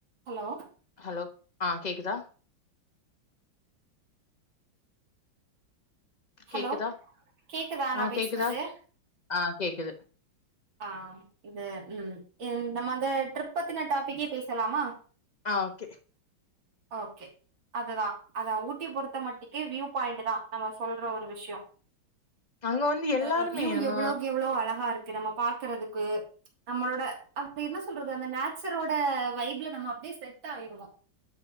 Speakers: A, on the right (about 70°); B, on the left (about 25°).
A: Hello
B: hello ஆ கேக்குதா
A: hello
B: கேக்குதா
A: கேக்குதா நான்
B: ஆ
A: பேசுறது
B: கேக்குதா ஆ கேக்குது
A: ஆ இது உம் நம்ம அந்த ட்ரிப்பத்தின டாபிக்கே பேசலாமா
B: ஆ ஓகே
A: ஓகே அதுதான் அத ஊட்டி பொறுத்த மட்டுக்கே வியூ பாயிண்ட் தான் நம்ம சொல்ற ஒரு விஷயம்
B: அங்க வந்து எல்லாருமே
A: அஹ் வியூ
B: நம்ம
A: எவ்ளோக்கு எவ்ளோ அழகா இருக்கு நம்ம பாக்குறதுக்கு நம்மளோட அது என்ன சொல்றது அந்த நேச்சரோட வைப்ல நம்ம அப்படியே செட் ஆய்டுவோம்